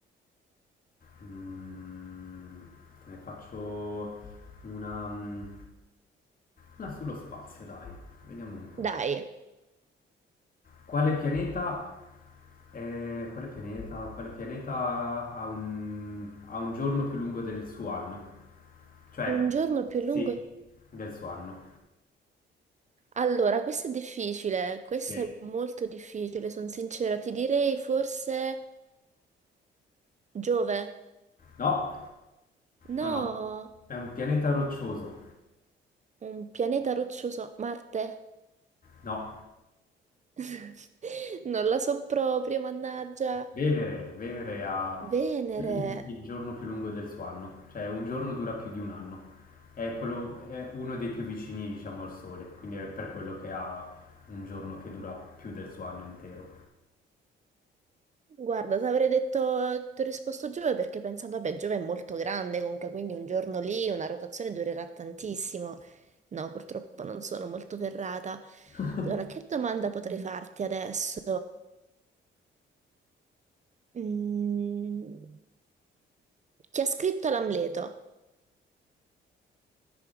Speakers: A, on the left; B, on the right.
A: Mm, te ne faccio una, mm, una sullo spazio, dai, vediamo un po'.
B: Dai,
A: Quale pianeta, è- quale pianeta, quale pianeta ha un, ha un giorno più lungo del suo anno? Cioè,
B: un giorno più lungo.
A: sì, del suo anno.
B: Allora, questo è difficile, questo
A: Sì.
B: è molto difficile, sono sincera, ti direi forse Giove.
A: No,
B: No,
A: no, no, è un pianeta roccioso.
B: un pianeta roccioso, Marte.
A: No,
B: <laughs> Non la so proprio, mannaggia.
A: Venere, Venere ha
B: Venere.
A: <clears throat> il giorno più lungo del suo anno, cioè un giorno dura più di un anno. È quello, è uno dei più vicini, diciamo, al Sole, quindi è per quello che ha un giorno che dura più del suo anno intero.
B: Guarda, ti avrei detto, ti ho risposto Giove perché pensando, vabbè, Giove è molto grande comunque, quindi un giorno lì una rotazione durerà tantissimo. No, purtroppo non sono molto ferrata.
A: <laughs>
B: Allora, che domanda potrei farti adesso? Mm, chi ha scritto l'Amleto?